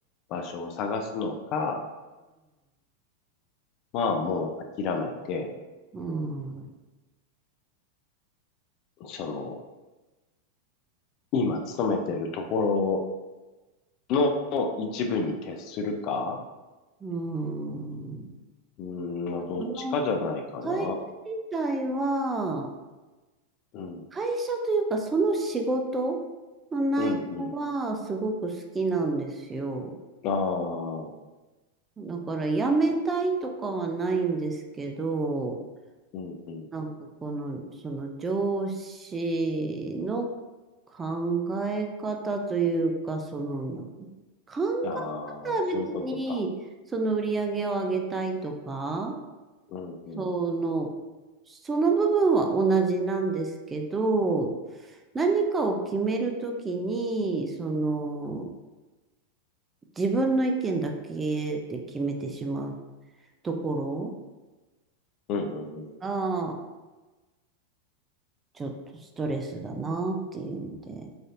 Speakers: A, on the left; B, on the right.
A: 場所を探すのか、まあもう諦めて、
B: うん、
A: その、今勤めてるところの一部に徹するか、
B: うん。
A: うん、どっちかじゃないかな。
B: その会社自体は、
A: うん。
B: 会社というか、その仕事の内容はすごく好きなんですよ。
A: うん、うん。ああ、
B: だから辞めたいとかはないんですけど、
A: うん、うん、
B: なんかこの、
A: うん。
B: その上司の考え方というか、その、なん考え方は別に、
A: ああ、そういうことか。
B: その売り上げを上げたいとか、
A: うん、うん。
B: その、その部分は同じなんですけど、何かを決めるときに、その、自分の意見だけで決めてしまうところ
A: うん、うん、うん。
B: が、ちょっとストレスだなっていうので、